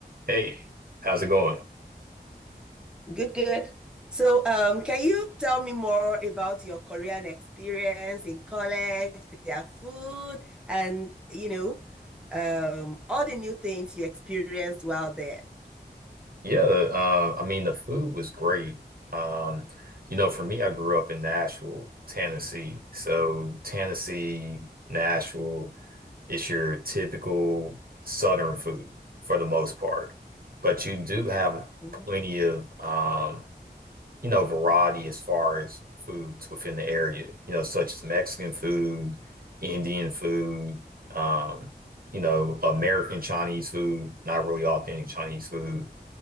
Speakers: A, on the right (about 60°); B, in the centre.
A: Hey, how's it going?
B: Good, good. So, um, can you tell me more about your Korean experience in college, their food, and you know, um, all the new things you experienced while there?
A: Yeah, uh, I mean the food was great. Um, you know, for me, I grew up in Nashville, Tennessee. So Tennessee, Nashville, it's your typical Southern food for the most part, but you do have
B: hmm
A: plenty of um, you know, variety as far as foods within the area, you know, such as Mexican food, Indian food, um, you know, American Chinese food, not really authentic Chinese food.